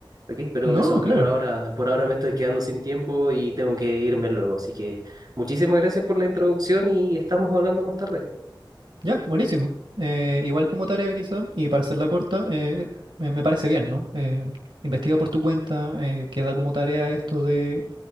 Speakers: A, on the right; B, on the right.
A: Ok, pero
B: No,
A: eso,
B: claro,
A: por ahora, por ahora me estoy quedando sin tiempo y tengo que irme luego. Así que muchísimas gracias por la introducción y estamos hablando más tarde.
B: ya, buenísimo. Eh, igual como tarea quizá, y para hacerla corta, eh, me, me parece bien, ¿no? Eh, investiga por tu cuenta, eh, queda como tarea esto de